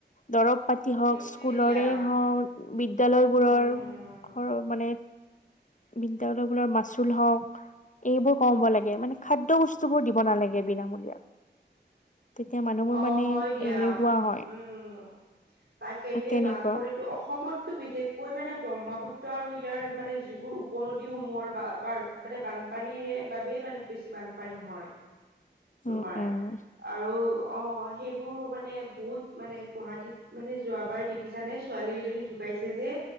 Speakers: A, on the left; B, on the right.
A: দৰব পাতি হওঁক,
B: সেইটোৱে
A: স্কুলৰে
B: দিয়া
A: হওঁক বিদ্যালয়বোৰৰ
B: উম
A: মানে বিদ্যালয় বোলাৰ মা হওঁক এইবোৰ ক'ব লাগে মানে, খা খাদ্য বস্তুবোৰ দিব নালাগে বিনামূলীয়া তেতিয়া মানুহবোৰ
B: অ'!
A: মানে
B: হয় দিয়।
A: এলেহুৱা হয়
B: উম! তাকেতো এই
A: তেনেকুৱা
B: বানপনীটো অসমতো বিশেষ কৈ মানে, ব্ৰহ্মপুত্ৰ আৰু ইয়াৰ মানে, যিবোৰ উপনদীসমূহৰ বা বা মানে, বানপানীৰে বাবেই মানে, বেছি বানপানী হয়।
A: উম!
B: তোমাৰ
A: উম!
B: আৰু অ'! সেইবোৰ মানে, বহুত মানে, গুৱাহাটীত মানে, যোৱাবাৰ দেখিছা নে! ছোৱালী এজনী ঢুকাইছে যে।